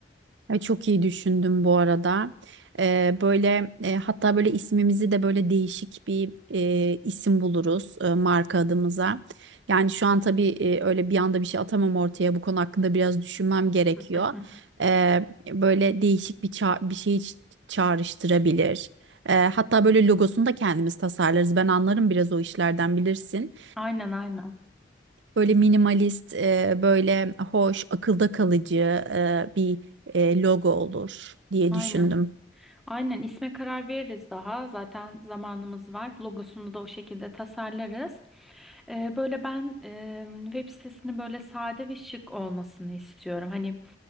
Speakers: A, on the right; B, in the centre.
A: Ay, Çok iyi düşündüm bu arada. Ee, böyle e, hatta böyle ismimizi de böyle değişik bir e, isim buluruz e, marka adımıza. Yani şu an tabii e, öyle bir anda bir şey atamam ortaya. Bu konu hakkında biraz düşünmem gerekiyor.
B: <laughs>
A: Ee, böyle değişik bir ça- bir şey ç- çağrıştırabilir. Ee, hatta böyle logosunu da kendimiz tasarlarız. Ben anlarım biraz o işlerden bilirsin.
B: Aynen aynen.
A: Böyle minimalist, e, böyle hoş, akılda kalıcı e, bir e, logo olur diye
B: Aynen.
A: düşündüm.
B: Aynen isme karar veririz daha. Zaten zamanımız var. Logosunu da o şekilde tasarlarız. Ee, böyle ben e, web sitesinin böyle sade ve şık olmasını istiyorum. Hani